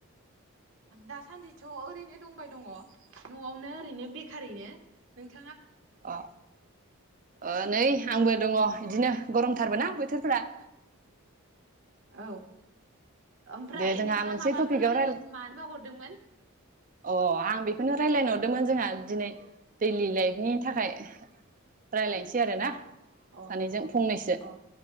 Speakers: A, on the right; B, on the right.
A: दासान्दिथ' ओरैनो दंबाय दङ न'आवनो ओरैनो बेखारैनो नोंथ
B: अ ओ नै आंबो दङ बिदिनो गरमथारबो ना बोथोरफोरा।
A: औ ओमफ्राय
B: दे जोंहा
A: नोंथाङा
B: मोनसे
A: माबाफोर
B: टपिकआव रायलाय
A: मानोबा हरदोंमोन?
B: अ आं बेखौनो रायलायनो हरदोंमोन जोंहा दिनै दैलि लाइफनि थाखाय रायलायनोसै आरो ना
A: अ
B: सानैजों फंनैसो
A: अ